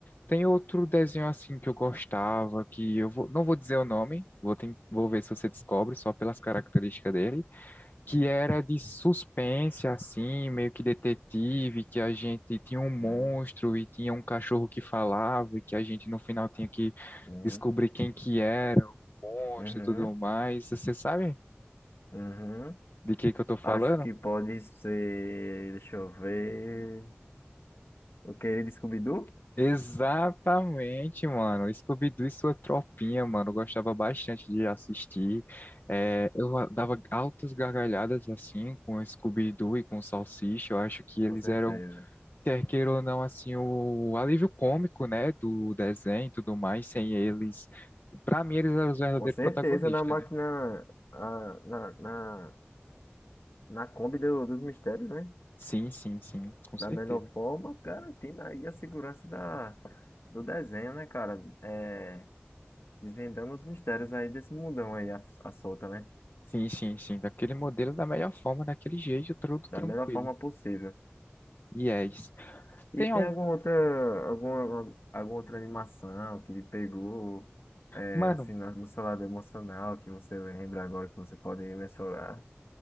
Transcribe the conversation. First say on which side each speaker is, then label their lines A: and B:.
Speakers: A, on the left; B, on the left.
A: tem outro desenho assim que eu gostava, que eu vou, não vou dizer o nome, vou, ten- vou ver se você descobre só pelas características dele que era de suspense, assim, meio que detetive, que a gente tinha um monstro
B: Hum,
A: e tinha um cachorro que falava e que a gente no final tinha que
B: hum,
A: descobrir quem que era o monstro
B: Uhum,
A: e tudo mais. Você sabe
B: uhum.
A: de que que eu tô falando?
B: Acho que pode ser. Deixa eu ver. O querido Scooby-Doo?
A: Exatamente, mano. Scooby-Doo e sua tropinha, mano. Eu gostava bastante de assistir. É, eu a- dava altas gargalhadas assim com o Scooby-Doo e com o Salsicha. Eu acho que eles
B: Com certeza.
A: eram quer queira ou não, assim, o alívio cômico, né, do desenho e tudo mais, sem eles, pra mim eles eram os verdadeiros
B: Com certeza
A: protagonistas,
B: na máquina,
A: né?
B: a- na, na, na Kombi do- dos mistérios, né?
A: Sim, sim, sim, com certeza.
B: Da melhor forma, garantindo aí a segurança da, do desenho, né, cara? É, desvendando os mistérios aí desse mundão aí, a, a solta, né?
A: Sim, sim, sim, daquele modelo, da melhor forma, daquele jeito, tudo
B: Da
A: tranquilo.
B: melhor forma possível.
A: E é isso.
B: E
A: Tem
B: tem
A: algum...
B: alguma outra, alguma, alguma outra animação que ele pegou, é,
A: Mano,
B: assim, na- no seu lado emocional, que você lembra agora, que você pode mencionar?